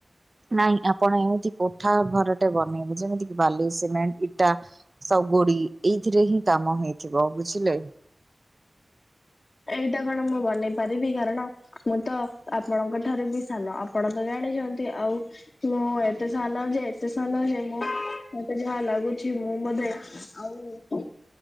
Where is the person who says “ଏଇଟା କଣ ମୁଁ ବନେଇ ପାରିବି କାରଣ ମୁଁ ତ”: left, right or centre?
Left